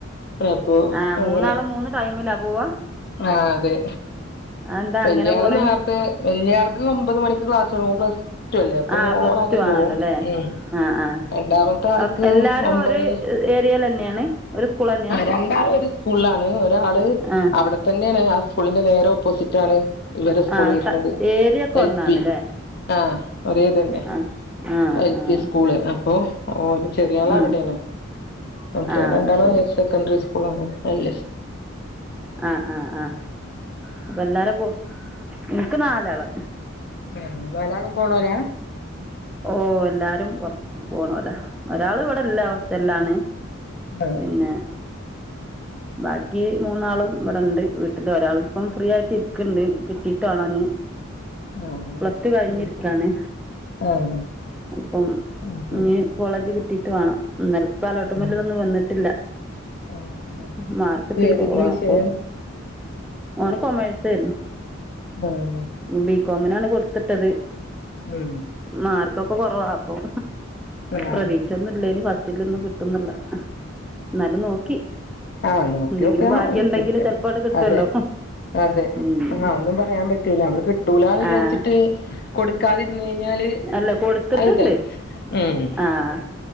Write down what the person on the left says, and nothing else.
അപ്പൊ
അങ്ങനെ-
ആഹ് അതെ
വല്യാള്
നാരത്തെ വല്യയാൾക്ക് ഒമ്പത് മണിക്ക് ക്ലാസ്- ഓള് പ്ലസ്ടു അല്ലേ അപ്പോ
ഓള് അങ്ങനെ
പോകും
ഉം-
രണ്ടാമത്തെ ആൾക്ക്
ഒമ്പതര
രണ്ടാളും ഒര് സ്കൂളിലാണ് ഒരാള്-
ഇവിടെ തന്നെയാണ് ആ സ്കൂളിന്റെ നേരെ ഓപ്പോസിറ്റ് ആണ് ഇവരെ സ്കൂൾ
വരുന്നത്
എൽ
പി ആഹ് ഒരേ ഇതന്നെ
എൽ
പി സ്കൂള് അപ്പൊ ഓന് ചെറിയള്
അവിടെയാണ് മറ്റേല്
രണ്ടാളും
ഹയർ സെക്കൻഡറി സ്കൂളാണ് അല്ലേ
ഉം നാലാളും പോണോല
ആ
<inaudible>
ആഹ്.
അത്
ശരി. ആഹ്.
അത് ശരി.
ആഹ്.
ആഹ് ആഹ്.
ഏതായിരുന്നു
വിഷയം?
<inaudible>
ആഹ്.
അത് ശരി.
ഉം.
ആഹ്
ആ നോക്കിയൊക്കാ
കിട്ട
അതെ അതെ
ആ ഒന്നും പറയാൻ പറ്റി <unintelligible> കിട്ടൂലാന്ന് വിചാച്ചിട്ട്
കൊടുക്കാതിര്ന്ന് കഴിഞ്ഞാല്
അഹ് തല്ലേ ഹ്